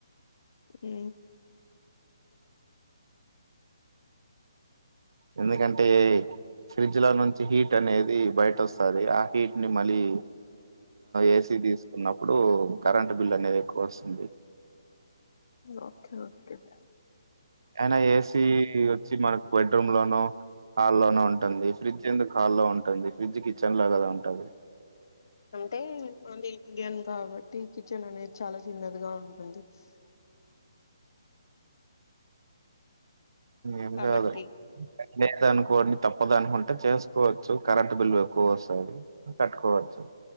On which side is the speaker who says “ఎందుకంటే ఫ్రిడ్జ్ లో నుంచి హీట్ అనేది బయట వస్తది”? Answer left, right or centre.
Right